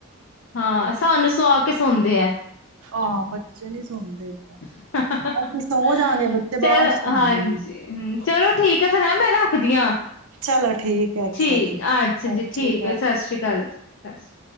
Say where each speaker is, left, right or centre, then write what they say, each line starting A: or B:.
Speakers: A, on the left; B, on the right.
A: ਹਾਂ, ਸਾਨੂੰ ਸੁਆ ਕੇ ਸੌਦੇ ਐ
B: ਹਾਂ ਬਚੇ ਨੀ ਸੁਣਦੇ ਏਦਾਂ
A: <unintelligible>
B: ਅਸੀਂ ਸੌ ਜਾਾਂਗੇ ਬੱਚੇ ਬਾਅਦ
A: ਚਲੋ
B: ਚ ਸੌਂਦੇ
A: ਹਾਂਜੀ,
B: ਨੇ
A: ਹਮ ਚਲੋ ਠੀਕ ਫਿਰ ਹੈਂ ਮੈਂ ਰੱਖਦੀ ਆਂ,
B: ਚਲੋ ਠੀਕ ਹੈ ਅੱਛਾ
A: ਠੀਕ
B: ਜੀ ਸਤਿ
A: ਅੱਛਾ ਜੀ ਠੀਕ
B: ਸ਼੍ਰੀ
A: ਐ, ਸਤਿ ਸ੍ਰੀ ਅਕਾਲ ਜੀ, ਸਤਿ ਸ਼੍ਰੀ ਅਕਾ।